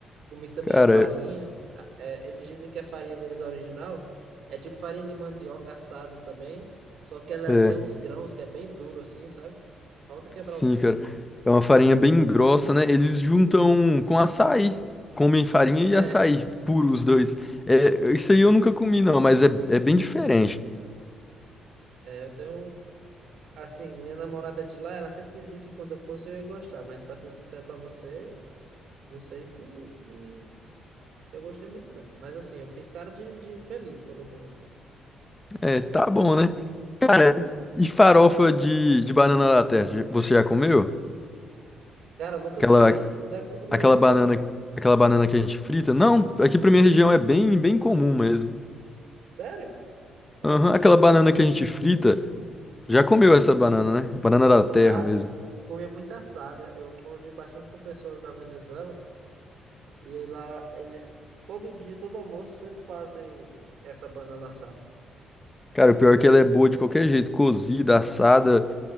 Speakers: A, on the right; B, on the left.
A: Comi também
B: Cara,
A: a farinha.
B: é.
A: a- é, eles dizem que a farinha deles original é tipo farinha de mandioca assada também, só que ela
B: é.
A: tem uns grãos que é bem duro assim, sabe? Falta quebrar
B: Sim,
A: o dente.
B: cara. É uma farinha bem grossa, né? Eles juntam com açaí. Comem farinha e
A: É,
B: açaí, puro os dois. É, isso aí eu nunca comi, não, mas é, é bem diferente.
A: é, eu tenho um Assim, minha namorada de lá, ela sempre dizia que quando eu fosse eu ia gostar, mas pra ser sincero pra você, não sei se, se, se eu gostei muito, não. Mas assim, eu fiz cara de, de feliz quando eu comi.
B: É, tá bom, né? Cara, e farofa de, de banana da terra, você já comeu?
A: Cara, eu nunca
B: Aquela,
A: comi. Onde é que tu comeu
B: aquela
A: isso?
B: banana, aquela banana que a gente frita? Não, aqui pra minha região é bem, bem comum mesmo.
A: Sério? Caramba.
B: Aham, aquela banana que a gente frita, já comeu essa banana, né? Banana da terra
A: Já
B: mesmo.
A: comia muita assada. Eu convivi bastante com pessoas da Venezuela e aí lá eles, todo dia, todo almoço, sempre fazem essa banana assada.
B: Cara, o pior é que ela é boa de qualquer jeito, cozida, assada.